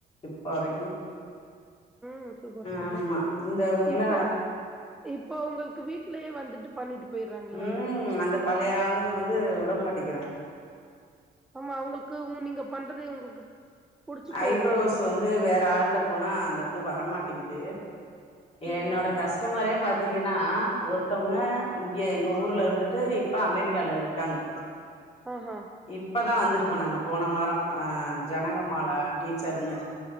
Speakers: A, on the left (about 35°); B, in the centre.
A: இப்ப வரைக்குமே
B: ம் சூப்பர் சூப்பர்
A: ஆம்மா இந்த ஊர்ல
B: இப்போ இப்போ உங்களுக்கு வீட்லயே வந்துட்டு பண்ணிட்டு போயிர்றாங்களா?
A: ம் அந்த பழைய ஆளுங்க வந்து உடமாட்டிக்கிறாங்க
B: ஆமா அவுங்களுக்கு உ நீங்க பண்றது அவ்ங்ளுக்கு புடிச்சி போயிருந்திர்க்கோ
A: ஐப்ரோஸ் வந்து வேற ஆள்ட்ட போனா அந்தயிது வரமாட்டிக்கிது
B: ம்.
A: என்னோட கஸ்டமரே பாத் தீங்கன்னா ஒருத்தவ்ங்க இங்க எங்க ஊர்ல இருந்துட்டு இப்ப அமெரிக்கால இர்க்காங்க
B: ஆஹா
A: இப்பதா வந்துட்டு போனங்க போன வாரோ ஆ ஜனகமால டீச்சர்ன்னு